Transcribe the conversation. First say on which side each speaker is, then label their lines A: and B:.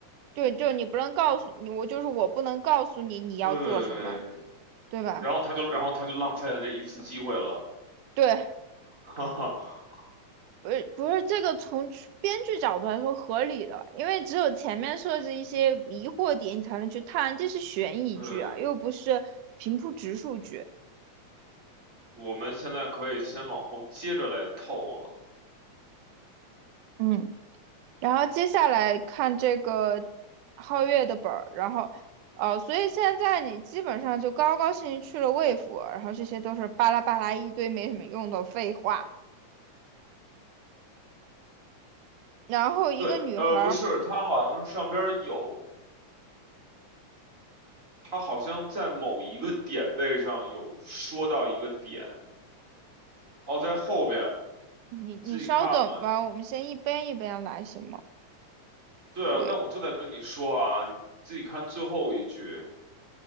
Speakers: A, on the right; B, on the right.
A: 对，就是你不能告诉你，我就是我不能告诉你你要做什么，
B: 对，
A: 对吧？
B: 然后他就然后他就浪费了这一次机会了，
A: 对，
B: <laughs> 哈哈。
A: 不是不是这个从编剧角度来说合理的，因为只有前面设置一些疑惑点，你才能去探，这是悬疑剧啊，
B: 对，
A: 又不是平铺直述剧。
B: 我们现在可以先往后接着来透了。
A: 嗯，然后接下来看这个皓月的本儿，然后哦，所以现在你基本上就高高兴兴去了魏府，然后这些都是巴拉巴拉一堆没什么用的废话。然后一个女孩
B: 对，呃，不是，它好像是上边儿有，它好像在某一个点位上有说到一个点，哦，在后边
A: 你你稍等吧，
B: 自己看吧。
A: 我们先一边一边来，行吗？
B: 对啊，
A: 对
B: 但我就在跟你说啊，你自己看最后一句，